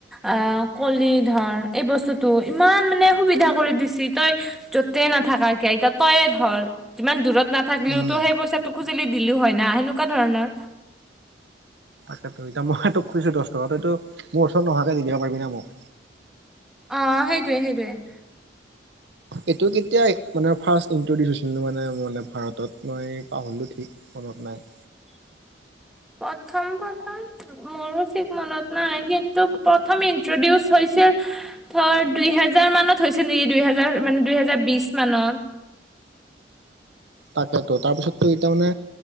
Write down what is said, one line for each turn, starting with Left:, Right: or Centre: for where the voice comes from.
Centre: আ কলি ধৰ এই বস্তুটো ইমান মানে সুবিধা কৰি দিছি তই য'তে নাথাক এতিয়া তইয়ে ধৰ যিমান দূৰত নাথাকিলেওতো
Right: উম
Centre: সেই পইচাটো খুজিলি দিলেও হয় না সেনেকুৱা ধৰণৰ
Right: তাকেই, এতিয়া মই তোক খুজইছো দহ টকা তইতো মোৰ ওচৰত নোহোৱাকে দিব পাৰিবি না মোক,,
Centre: অ সেইটোৱে সেইটোৱে,
Right: এইটো কেতিয়া মানে ফাৰ্ষ্ট ইন্ট্ৰডিউচ হৈছিলনো মানে মানে ভাৰতত মই পাহৰিলো ঠিক। নত নাই
Centre: <inaudible> প্ৰথম প্ৰথম মোৰো ঠিক মনত নাই কিন্তু প্ৰথম ইন্ট্ৰডিউচ হৈ ছিল ধৰ দুই হেজাৰ মানত হৈছিল নেকি' দুই হেজাৰ মানে দুই হেজাৰ বিশ মানত। <inaudible>
Right: তাকেতো তাৰপিছতো এতিয়া মানে